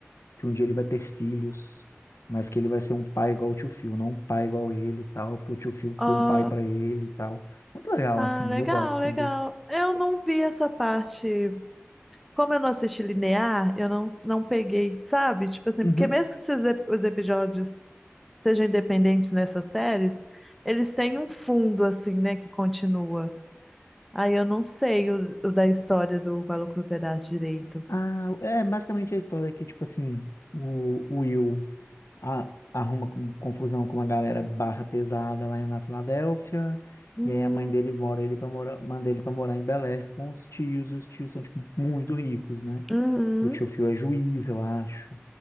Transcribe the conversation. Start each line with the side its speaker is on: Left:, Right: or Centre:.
Left: que um dia ele vai ter filhos, mas que ele vai ser um pai igual o tio Phil, não um pai igual ele e tal, porque o tio Phil
Centre: ó,
Left: foi um pai pra ele e tal. Muito legal,
Centre: ah,
Left: assim,
Centre: legal,
Left: eu gosto quando.
Centre: legal. Eu não vi essa parte Como eu não assisti linear, eu não, não peguei, sabe? Tipo assim,
Left: Uhum.
Centre: porque mesmo que esses ep- os episódios sejam independentes nessas séries, eles têm um fundo, assim, né, que continua. Aí eu não sei o, o da história do Maluco do Pedaço direito.
Left: Ah, é basicamente é a história que, tipo assim, o, o Will a- arruma com- confusão com uma galera barra pesada lá na Filadélfia.
Centre: Hum,
Left: E aí a mãe dele mora ele para morar, manda ele para morar em Bel Air com os tios, e os tios são, tipo, muito ricos, né?
Centre: uhum,
Left: O tio Phil é juiz, eu acho.